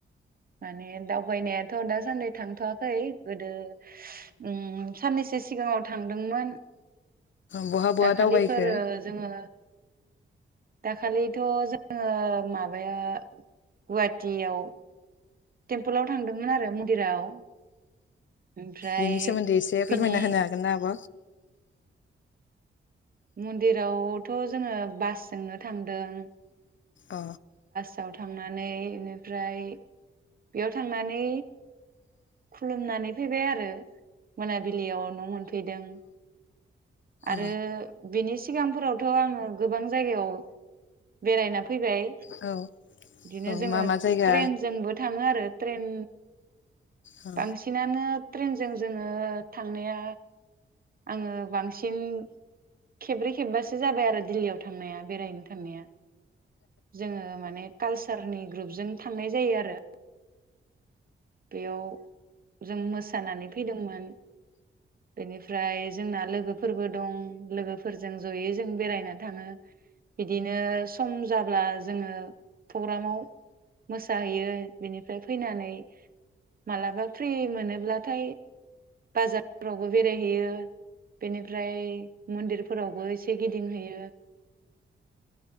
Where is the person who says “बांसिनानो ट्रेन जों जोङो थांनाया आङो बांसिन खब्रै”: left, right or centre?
Right